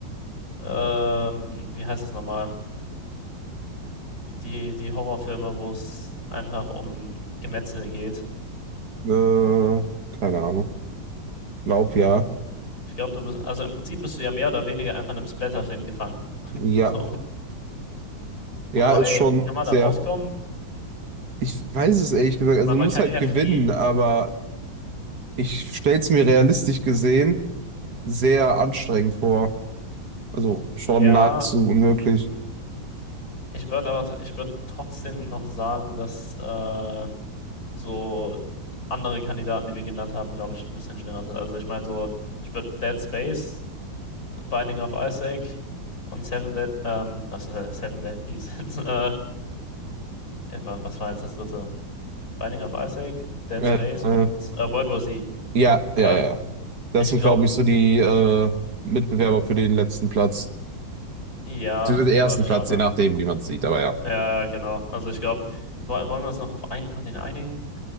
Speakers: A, on the left (about 45°); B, on the right (about 55°).
A: ähm, wie heißt das nochmal? Die, die Horrorfilme, wo es einfach um Gemetzel geht.
B: äh, keine Ahnung. Glaub ja.
A: Ich glaube, du bist, also im Prinzip bist du ja mehr oder weniger einfach in einem Splatterfilm gefangen. <laughs>
B: Ja,
A: So,
B: ja,
A: wobei,
B: ist schon
A: kann man
B: sehr.
A: da rauskommen?
B: Ich weiß es ehrlich gesagt, also
A: Weil man
B: du musst
A: kann
B: halt
A: ja
B: gewinnen,
A: fliehen.
B: aber ich stell's mir realistisch gesehen sehr anstrengend vor. Also schon
A: Ja,
B: nahezu unmöglich.
A: ich würde aber, t- ich würde trotzdem noch sagen, dass äh, so andere Kandidaten, die wir genannt haben, glaube ich, ein bisschen schneller sind. Also ich meine so, ich würde Dead Space, Binding of Isaac und Seven Dead, ähm, was, äh, Seven Deadly <laughs> äh, äh, wa- was war jetzt das dritte? Binding of Isaac, Dead
B: Äh,
A: Space
B: äh,
A: und äh, World War Z.
B: ja,
A: Ähm,
B: ja, ja, ja. Das
A: ich
B: sind,
A: glaube,
B: glaube ich, so die äh, Mitbewerber für den letzten Platz.
A: Ja,
B: Beziehungsweise den ersten
A: würde ich
B: Platz,
A: auch sagen.
B: je nachdem, wie man es sieht, aber ja.
A: Ja, ja, genau. Also ich glaube, wollen wir uns noch auf einen von den einigen?